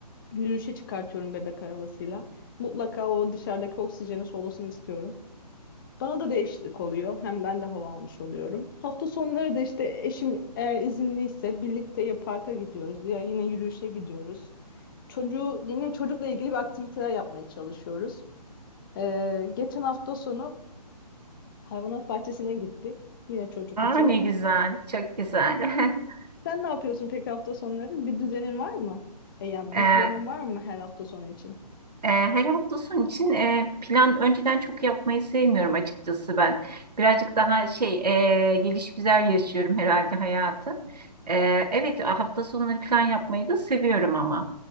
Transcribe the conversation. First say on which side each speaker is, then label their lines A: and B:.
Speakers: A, on the left; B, on the right.
A: yürüyüşe çıkartıyorum bebek arabasıyla. Mutlaka o dışarıdaki oksijeni solusun istiyorum. Bana da değişiklik oluyor. Hem ben de hava almış oluyorum. Hafta sonları da işte eşim eğer izinliyse birlikte ya parka gidiyoruz ya yine yürüyüşe gidiyoruz. Çocuğu yine çocukla ilgili bir aktiviteler yapmaya çalışıyoruz. Ee, geçen hafta sonu hayvanat bahçesine gittik. Yine çocuk
B: Aa
A: için.
B: ne güzel, çok güzel. <laughs>
A: <laughs> Sen ne yapıyorsun peki hafta sonları? Bir düzenin var mı? E, yani
B: Ee,
A: bir planın var mı her hafta sonu için?
B: e, her hafta sonu için e, plan önceden çok yapmayı sevmiyorum açıkçası ben. Birazcık daha şey, e, geliş güzel yaşıyorum herhalde hayatı. Ee, evet hafta sonları plan yapmayı da seviyorum ama.